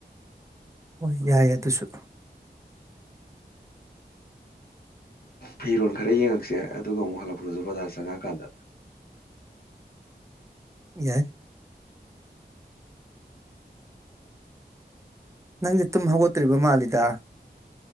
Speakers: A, on the right; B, on the left.
A: ꯍꯣꯏ ꯌꯥꯏ ꯑꯗꯨꯁꯨ
B: ꯐꯤꯔꯣꯜ ꯈꯔ ꯌꯦꯡꯉꯛꯁꯦ ꯑꯗꯨꯒ ꯑꯃꯨꯛ ꯍꯜꯂꯛꯄꯗꯁꯨ ꯕꯖꯥꯔ ꯆꯪꯉꯛꯑꯀꯥꯟꯗ
A: ꯌꯥꯏ ꯅꯪꯗꯤ ꯇꯨꯝ ꯍꯧꯒꯠꯇ꯭ꯔꯤꯕ ꯃꯥꯜꯂꯤꯗ